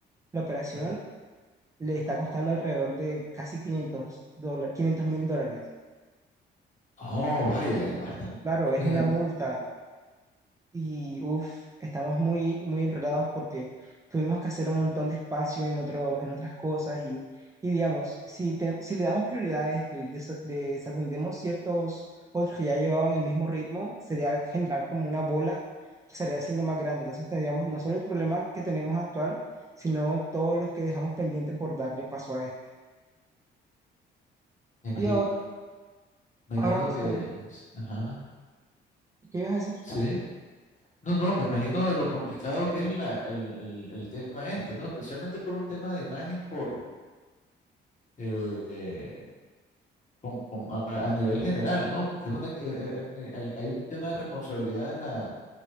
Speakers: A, on the right; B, on the left.
A: la operación,
B: Ujú.
A: le está costando alrededor de casi 500 dólares, 500 mil dólares.
B: Oh, vaya, es bastante.
A: Claro, es
B: Me,
A: una multa Y uff, estamos muy, muy enredados porque tuvimos que hacer un montón de espacio en otro, en otras cosas y, y digamos, si, te- si le damos prioridad a esto y des- desatendemos ciertos otros que ya llevaban el mismo ritmo, sería generar como una bola que estaría haciendo más grande. Entonces tendríamos no solo el problema que tenemos actual, sino todos los que dejamos pendiente por darle paso a esto.
B: me imagino,
A: Y ahora,
B: me
A: ahora
B: imagino
A: no sabemos.
B: que... Ajá,
A: ¿Qué ibas a decir?
B: sí. No, no, me imagino de lo complicado que es la, el, el- el tema este, ¿no? Especialmente por un tema de imagen por eh, eh, con, con- a, a nivel general, ¿no? Porque es una, eh, eh, eh, hay hay un tema de responsabilidad de la,